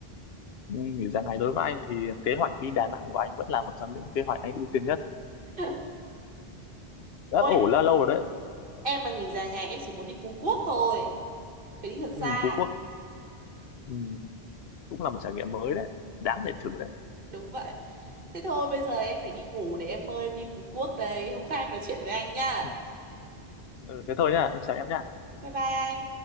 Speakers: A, on the left; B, on the right.
A: ừ. nghỉ dài ngày đối với anh thì kế hoạch đi Đà Nẵng của anh vẫn là một trong những kế hoạch anh ưu tiên nhất
B: <laughs>
A: ấp
B: ôi
A: ủ là lâu rồi đấy
B: em mà nghỉ dài ngày em chỉ muốn đi Phú Quốc thôi phải đi thật xa
A: ừ. Phú Quốc ừ. cũng là một trải nghiệm mới đấy đáng để thử đấy
B: đúng vậy thế thôi bây giờ em phải đi ngủ để em mơ em đi Phú Quốc đây hôm khác em nói chuyện với anh nhá
A: ừ. Ừ, thế thôi nhá em chào em nhá
B: bye bye anh